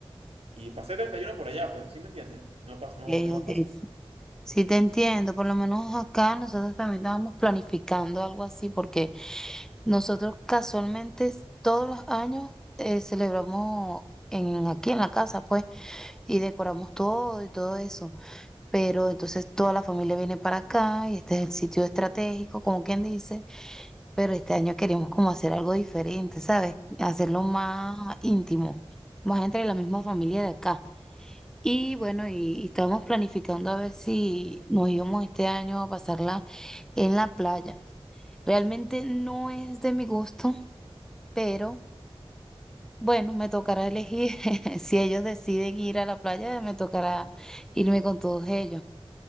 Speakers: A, on the right; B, in the centre.
A: y, y pasé 31 por allá, pues, ¿sí me entiendes? No pasa,
B: Okay,
A: no, no
B: ok,
A: me pasa.
B: sí, Sí te entiendo, por lo menos acá nosotros también estábamos planificando algo así, porque nosotros casualmente s- todos los años eh, celebramos en, aquí en la casa, pues, y decoramos todo y todo eso, pero entonces toda la familia viene para acá y este es el sitio estratégico, como quien dice, pero este año queríamos como hacer algo diferente, ¿sabes? Hacerlo más íntimo, más entre la misma familia de acá. Y
A: Sí.
B: bueno, y, y estábamos planificando a ver si nos íbamos este año a pasarla en la playa. Realmente no es de mi gusto, pero bueno, me tocará elegir. <laughs> Si ellos deciden ir a la playa, me tocará irme con todos ellos.